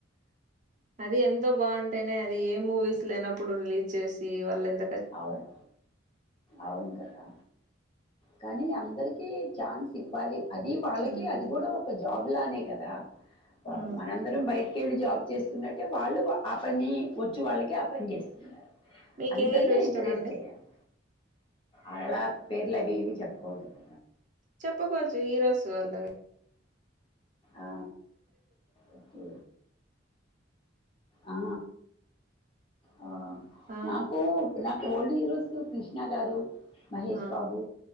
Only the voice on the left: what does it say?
అవును అవును కదా కానీ అందరికి ఛాన్స్ ఇవ్వాలి. అది వాళ్ళకి
అది కూడా ఒక జాబ్ లానే కదా
మనందరం బయ కెళ్ళి జాబ్ చేస్తున్నట్టే వాళ్ళు ఆ పని వచ్చు వాళ్ళకే ఆ పని చేస్తుర్
దని
ఎంకరేజ్
చేయండ్ అలా పేర్లు అవి ఇవి చెపకోదూడ్
ఆ ఓకే ఆ ఆ
నాకు ఇప్ ఓల్డ్ హీరోస్ క్రిష్ణ గారు మహేష్
బాబు